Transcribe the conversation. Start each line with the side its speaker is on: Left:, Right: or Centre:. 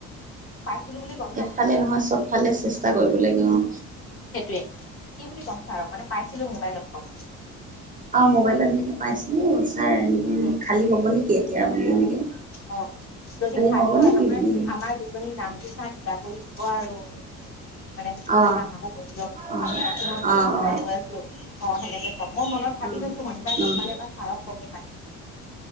Left: পাইছিলো বুলি ক'ম ন
Right: এফালে নহয়, চব ফালে চেষ্টা কৰিব লাগে অ,
Left: সেইটোৱে কি বুলি ক'ম ছাৰক মানে পাইছিলো মোবাইল ক'ম।
Right: অ, মোবাইলত এনেকে পাইছিলো ছাৰ, এ এনে
Left: উম
Right: খালী হ'ব নেকি? এতিয়া বুলি এনেকে
Left: অ, যদি খালী
Right: হ'ব
Left: হয়,
Right: নেকি
Left: আমাৰ
Right: বুলি
Left: আমাৰ দুজনী নামটো চাৰ <unintelligible> আৰু মানে সুবিধা
Right: অ
Left: এটা আমাকো কৰি দিয়ক।
Right: অ অ
Left: আপোনাকো টো মই বহুত
Right: অ
Left: দিনৰ
Right: অ
Left: পৰা কৈ আছিলো অ, সেনেকে কম। মনত ভাবি
Right: উম
Left: থৈছো মই এইবাৰ লগ
Right: উম
Left: পালে এইবাৰ চাৰ কমেই মানে।